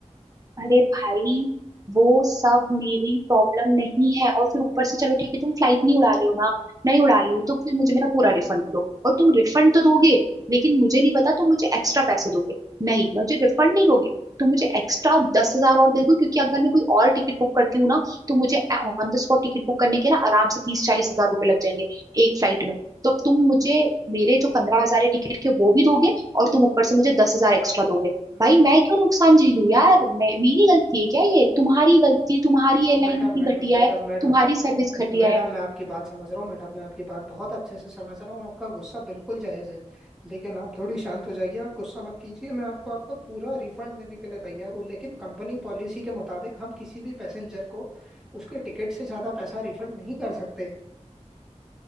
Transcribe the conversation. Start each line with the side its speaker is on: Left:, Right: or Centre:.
Right: अरे भाई वो सब मेरी प्रॉब्लम नहीं है और फिर ऊपर से चलो ठीक है तुम फ्लाइट नहीं उड़ा रहे हो ना नहीं उड़ा रहे हो तो फिर मुझे मेरा पूरा रिफंड दो और तुम रिफंड तो दोगे लेकिन मुझे नहीं पता तुम मुझे एक्स्ट्रा पैसे दोगे नहीं मुझे रिफंड नहीं दोगे तुम मुझे एक्स्ट्रा दस हजार और दे दो क्योंकि अगर मैं कोई और टिकट बुक करती हूँ ना तो मुझे on the spot ticket book करने के ना आराम से तीस चालीस हजार रुपए लग जाएंगे एक फ्लाइट में तो अब तुम मुझे मेरे जो पंद्रह हजार टिकट के वो भी दोगे और तुम ऊपर से मुझे दस हजार एक्स्ट्रा दोगे
Centre: म-
Right: भाई
Centre: म-
Right: मैं क्यों नुकसान झेलूं यार मैं, मेरी गलती है क्या ये तुम्हारी गलती तुम्हारी एयरलाइन
Centre: madam
Right: इतनी
Centre: madam
Right: घटिया
Centre: madam
Right: है
Centre: madam
Right: तुम्हारी सर्विस घटिया
Centre: madam
Right: है
Centre: मैं आपकी बात समझ रहा हूँ मैडम मैं आपकी बात बहुत अच्छे से समझ रहा हूँ आपका गुस्सा बिल्कुल जायज़ है लेकिन आप थोड़ी शांत हो जाइए आप गुस्सा मत कीजिए मैं आपको आपका पूरा रिफंड देने के लिए तैयार हूँ लेकिन कंपनी पॉलिसी के मुताबिक हम किसी भी पैसेंजर को उसके टिकट से ज़्यादा पैसा रिफंड नहीं कर सकते